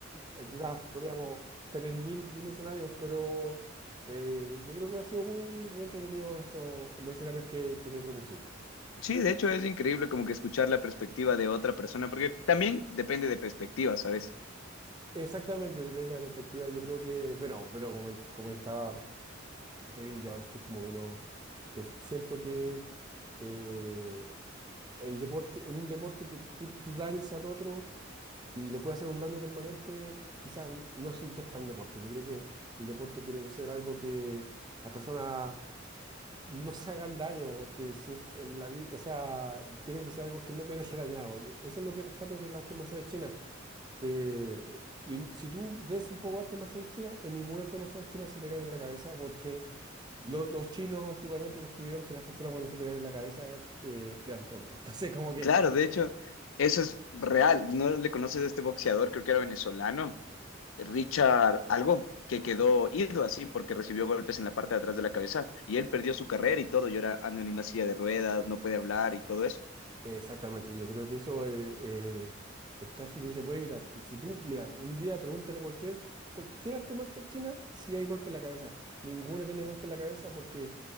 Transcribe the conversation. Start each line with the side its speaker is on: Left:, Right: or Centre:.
Right: eh, quizás podríamos tener mil y un escenarios, pero eh, yo creo que ha sido muy, muy entretenido esto, los escenarios que, que me propusiste.
Left: Sí, de hecho es increíble como que escuchar la perspectiva de otra persona, porque también depende de perspectiva, ¿sabes?
Right: Exactamente, depende de la perspectiva. Yo creo que, bueno, pero como en- comentaba Kevin, yo ahora estoy como menos, pref- siento que... eh, el deporte, en un deporte que tú, tú dañes al otro y le puede hacer un daño permanente, quizás no es, un- no es tan deporte. Yo creo que el deporte tiene que ser algo que las personas no se hagan daño, porque si es en la vida, o sea, tiene que ser algo que no te deje dañado. Yo- eso es lo que rescato de las artes marciales chinas, que in- si tú ves un poco de artes marciales chinas, en ninguna arte marcial china se pegan en la cabeza porque... lo- Los, chinos antiguamente descubrieron que las personas cuando se pegan en la cabeza eh, quedan tontas. <laughs> Entonces, como que
Left: Claro, de hecho, eso es real. ¿No le conoces a este boxeador? Creo que era venezolano, Richard algo, que quedó ido así porque recibió golpes en la parte de atrás de la cabeza y él perdió su carrera y todo, y ahora anda en una silla de ruedas, no puede hablar y todo eso.
Right: Exactamente, yo creo que eso eh, eh, es trágico y se puede evitar. Si tú, mira, un día pregúntale a cualquier, cualquier arte marcial china si hay golpe en la cabeza. Ninguna tiene golpe en la cabeza porque